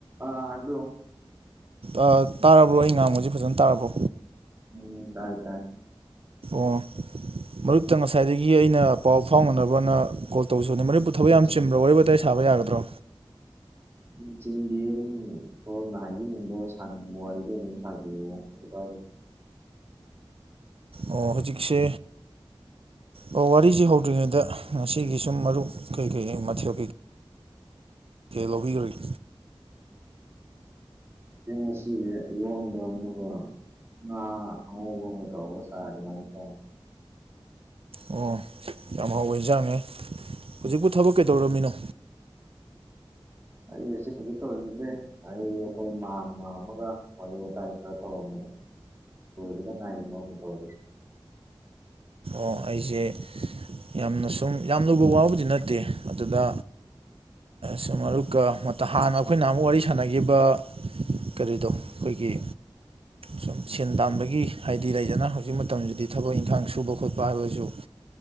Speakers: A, on the right (about 25°); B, on the right (about 75°).
A: ꯑꯥ ꯑꯗꯨ
B: ꯑꯥ ꯇꯥꯔꯕ꯭ꯔꯣ ꯑꯩꯅ ꯉꯥꯡꯕꯖꯦ ꯐꯖꯅ ꯇꯥꯔꯕꯣ
A: ꯎꯝ ꯇꯥꯏꯌꯦ ꯇꯥꯏꯌꯦ
B: ꯑꯣ ꯃꯔꯨꯞꯇ ꯉꯁꯥꯏꯗꯒꯤ ꯑꯩꯅ ꯄꯥꯎ ꯐꯥꯎꯅꯅꯕꯅ ꯀꯣꯜ ꯇꯧꯖꯅꯤ ꯃꯔꯨꯞꯄꯨ ꯊꯕꯛ ꯌꯥꯝ ꯆꯤꯟꯕ꯭ꯔꯣ ꯋꯥꯔꯤ ꯋꯥꯇꯥꯏ ꯁ__ ꯁꯥꯥꯕ ꯌꯥꯒꯗ꯭ꯔꯣ
A: ꯎꯝ ꯆꯗꯤꯗꯨꯝ ꯁꯣꯝꯅ ꯍꯥꯏꯕꯤꯅꯤꯡꯕ ꯁꯥꯅꯤꯡꯕ ꯋꯥꯔꯤꯗꯣ ꯑꯗꯨꯝ ꯁꯥꯕꯤꯔꯛꯑꯣ ꯀꯔꯤꯁꯨ ꯀꯥꯏꯗꯦ
B: ꯑꯣ ꯍꯧꯖꯤꯛꯁꯦ ꯑꯣ ꯋꯥꯔꯤꯁꯤ ꯍꯧꯗ꯭ꯔꯤꯉꯩꯗ ꯉꯁꯤꯒꯤ ꯁꯨꯝ ꯃꯔꯨꯞ ꯀꯩꯀꯩ ꯃꯊꯦꯜ ꯀꯩ ꯊꯦꯜ ꯂꯧꯕꯤꯈ꯭ꯔꯒꯦ
A: ꯎ ꯁꯤ ꯏꯔꯣꯟꯕꯥ ꯑꯃꯒ ꯉꯥ ꯉꯧꯕ ꯑꯃꯒ ꯇꯦꯔꯒ ꯆꯩ ꯔꯦ ꯑꯗꯨ ꯃꯥꯏ ꯇꯧꯏ
B: ꯑꯣ ꯌꯥꯝ ꯍꯥꯎꯋꯦ ꯌꯦꯟꯖꯥꯡꯅꯦ ꯍꯧꯖꯤꯛꯄꯨ ꯊꯕꯛ ꯀꯩꯗꯧꯔꯝꯃꯤꯅꯣ
A: ꯑꯩ ꯑꯁꯤ ꯍꯧꯖꯤꯛ ꯇꯧꯔꯤꯃꯗꯦ ꯑꯩ ꯑꯩꯈꯣꯏ ꯃꯥ ꯑꯃ ꯑꯃꯒ ꯋꯥꯔꯤ ꯋꯥꯇꯥꯏ ꯈꯔ ꯇꯧꯔꯝꯕꯅꯤ ꯂꯣꯏꯕꯗ ꯉꯥꯏꯔꯤ ꯑꯃꯨꯛꯅ ꯇꯧꯔꯛꯏ
B: ꯑꯣ ꯑꯩꯁꯦ ꯌꯥꯝꯅ ꯁꯨꯝ ꯌꯥꯝ ꯂꯨꯕ ꯋꯥꯕꯨꯗꯤ ꯅꯠꯇꯦ ꯑꯗꯨꯗ ꯁꯨꯀ ꯃꯔꯨꯞꯛ ꯝ ꯍꯥꯟꯅ ꯑꯩꯈꯣꯏꯅ ꯑꯃꯨꯛ ꯋꯥꯔꯤ ꯁꯥꯟꯅꯈꯤꯕ ꯀꯔꯤꯗꯣ ꯑꯩꯈꯣꯏꯒꯤ ꯁꯨꯝ ꯁꯦꯟ ꯇꯥꯟꯕꯒꯤ ꯍꯥꯏꯗꯤ ꯂꯩꯖꯅ ꯍꯧꯖꯤꯛ ꯃꯇꯝꯁꯤꯗꯤ ꯊꯕꯛ ꯏꯪꯈꯥꯡ ꯁꯨꯕ ꯈꯣꯠꯄ ꯕꯥ ꯍꯥꯌꯕ ꯁꯨ